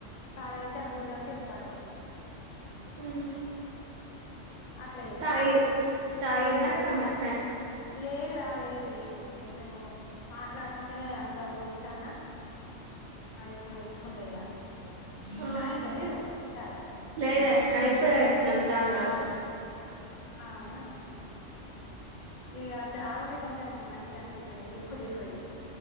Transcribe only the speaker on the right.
ఉమ్
తాగింది
తాగిందా అక్కమ్మ చాయ్
ఆ
లేదక్క ఇప్పుడే పెట్టినాం తాగాలి